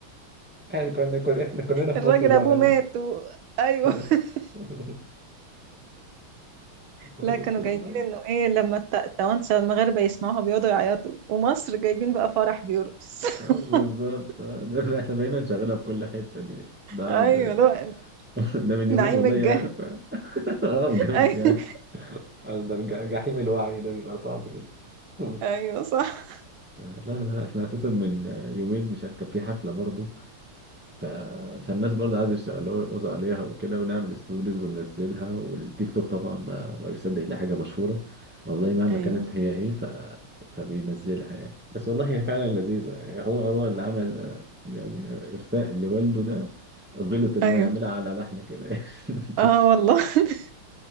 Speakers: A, in the centre; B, on the right.
A: احنا كنا كنا احنا كلنا في
B: الراجل
A: مصر زعلانين
B: ابوه مات و... ايوه
A: اه
B: <laughs>
A: <laughs> آه،
B: لا
A: بس
B: كانوا
A: والله
B: جايبين انه ايه لما الت- التوانسه والمغاربه يسمعوها بيقعدوا يعيطوا ومصر جايبين بقى فرح بيرقص <laughs>
A: اه بالظبط آه، ده ده احنا بقينا نشغلها في كل حتة دي ده
B: ايوه
A: ب...
B: لا
A: <laughs> ده من يومين
B: نعيم
A: والله
B: الجهل
A: عارف <laughs> اه بجد
B: <laughs> ايوه
A: يعني آه، ده الج- جحيم الوعي ده بيبقى صعب جدا <laughs>
B: أيوة، صح
A: آه، لا لا احنا اساسا من يومين مش عارف كان في حفلة برضو ف... فالناس برضه قعدوا يشتغلوها ويرقصوا عليها وكده ونعمل ستوريز وننزلها والتيك توك طبعا ما, ما بيصدق إلا حاجة مشهورة والله مهما
B: ايوه
A: كانت هي إيه ف... فبينزلها يعني بس والله هي فعلا لذيذة يعني هو هو اللي عمل آه، يعني إرثاء لوالده ده غلط إن
B: ايوه
A: هو يعملها على لحن كده <laughs>
B: اه
A: بس
B: والله <laughs>